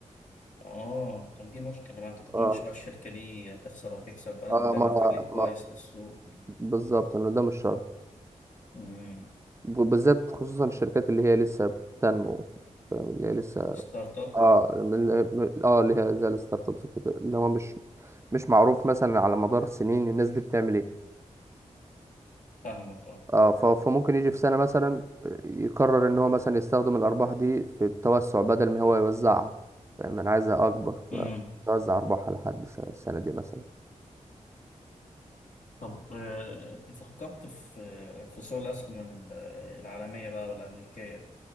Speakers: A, on the left (about 70°); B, on the right (about 20°).
A: اه طب دي مشكله بقى انت ما تضمنش
B: اه
A: بقى الشركه دي هتخسر وهتكسب بقى لازم
B: اه
A: تعمل
B: ما
A: تحليل كويس
B: ما
A: للسوق وال-
B: بالظبط انه ده مش شرط
A: مم.
B: وبالذات خصوصا الشركات اللي هي لسه بتنمو فاهم اللي هي لسه
A: ستارت اب
B: اه من- من- اه اللي هي زي الستارت ابس وكده، اللي هو مش مش معروف مثلا على مدار سنين الناس دي بتعمل ايه
A: فاهمك
B: اه ف- فممكن يجي في سنة مثلا يقرر ان هو مثلا يستخدم الارباح دي في التوسع بدل ما هو يوزعها فاهم انا عايزها اكبر
A: اه
B: فوزع ارباح على حد الس- السنة دي مثلا
A: طب آه، فكرت في آه، في سوق الأسهم ال- العالمية بقى والأمريكية